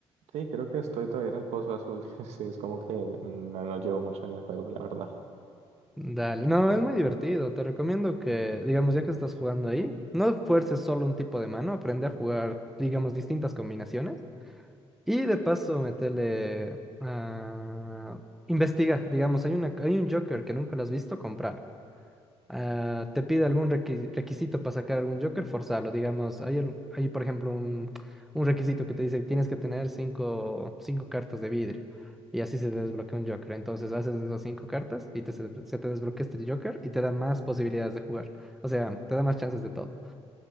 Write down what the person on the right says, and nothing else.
Sí, creo que estoy todavía en el pozo azul. <laughs> Sí, es como que no, no llevo mucho en el juego, la verdad.